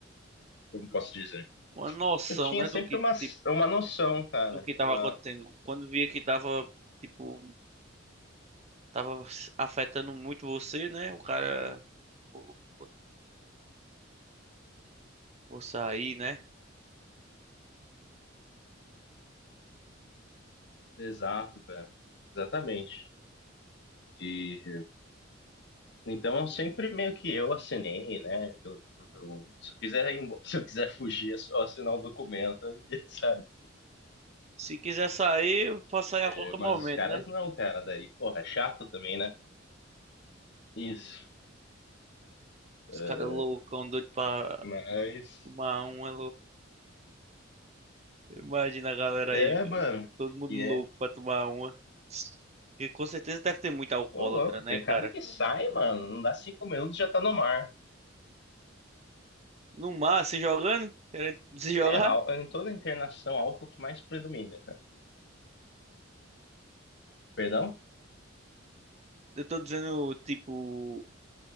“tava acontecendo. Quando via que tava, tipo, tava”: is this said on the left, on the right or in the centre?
Right